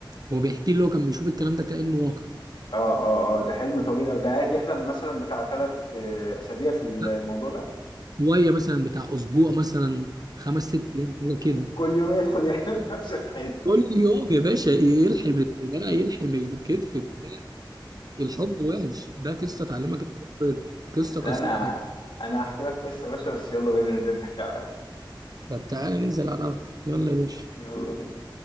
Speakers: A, on the right (about 50°); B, on the left (about 70°).
A: هو بيحكي لي هو كان بيشوف الكلام ده كانه واقع
B: اه اه اه ده حلم طويل أوي ده قاعد يحلم مثلا بتاع تلات آه، أسابيع في الموضوع
A: لا،
B: ده
A: شويه مثلا بتاع اسبوع مثلا خمس ست ايام حاجه كده
B: كل يوم يدخل يحلم <laughs> نفس الحلم
A: كل يوم يا باشا يلحم الدراع يلحم الكتف بتاع الحب وحش ده قصة تعلمك الحب قصة
B: لا
A: قصيرة
B: أنا
A: على
B: أنا هحكي لك قصة يا باشا بس يلا بينا ننزل نحكي على القهوة
A: طب تعالى ننزل على القهوة يلا يا باشا
B: يلا بينا